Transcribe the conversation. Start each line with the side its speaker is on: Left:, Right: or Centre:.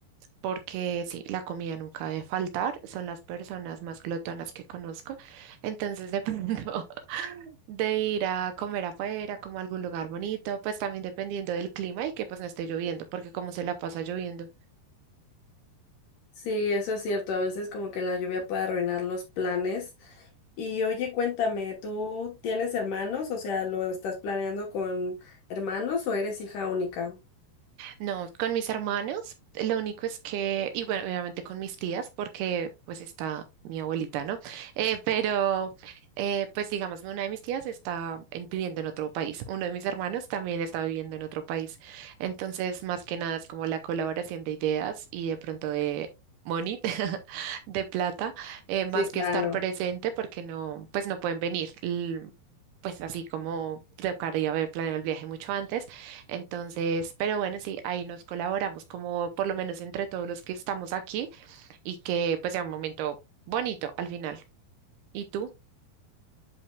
Right: porque sí, la comida nunca debe faltar, son las personas más glotonas que conozco, entonces de pronto <laughs> de ir a comer afuera, como a algún lugar bonito, pues también dependiendo del clima y que pues no esté lloviendo, porque como se la pasa lloviendo.
Left: Sí, eso es cierto. A veces como que la lluvia puede arruinar los planes. Y oye, cuéntame, ¿tú tienes hermanos? O sea, ¿lo estás planeando con hermanos o eres hija única?
Right: No, con mis hermanos, lo único es que, y bueno, obviamente con mis tías, porque pues está mi abuelita, ¿no? Eh, pero, eh, pues digamos, una de mis tías está en- viviendo en otro país, uno de mis hermanos también está viviendo en otro país. Entonces, más que nada es como la colaboración de ideas y de pronto de money, <laughs> de plata, eh, más
Left: Sí,
Right: que
Left: claro.
Right: estar presente porque no, pues no pueden venir. l- Pues así como tocaría haber planeado el viaje mucho antes entonces, pero bueno, sí, ahí nos colaboramos como por lo menos entre todos los que estamos aquí y que pues sea un momento bonito al final. ¿Y tú?